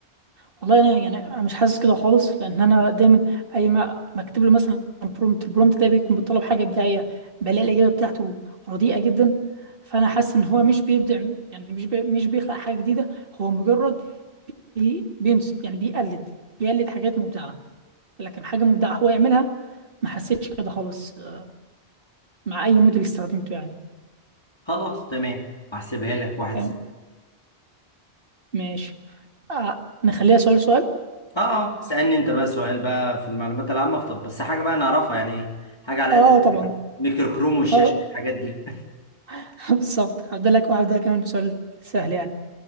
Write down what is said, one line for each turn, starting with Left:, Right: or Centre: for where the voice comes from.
Right: والله انا يعني أنا مش حاسس كده خالص لان انا دايما اي ما بكتب له مثلا برومت البرومت ده بيكون بيطلب حاجه ابداعيه بلاقي الاجابه بتاعته رديئه جدا فانا حاسس ان هو مش بيبدع يعني مش بي مش بيخلق حاجه جديده هو مجرد بي بينس يعني بيقلد بيقلد حاجات مبدعه لكن حاجه مبدعه هو يعملها ما حسيتش كده خالص آه، مع اي موديل استخدمته يعني
Left: خلاص تمام هحسبها لك واحد
Right: فاهم
Left: صفر
Right: ماشي آه نخليها سؤال سؤال
Left: اه آه، اسالني انت بقى سؤال بقى في المعلومات العامه في طب بس حاجه بقى نعرفها يعني حاجه على
Right: اه
Left: قد
Right: طبعا
Left: ميكرو كروم والشاشه
Right: اه
Left: الحاجات دي
Right: <laughs> بالظبط هبدأ لك وهبدأ كمان بسؤال سهل يعني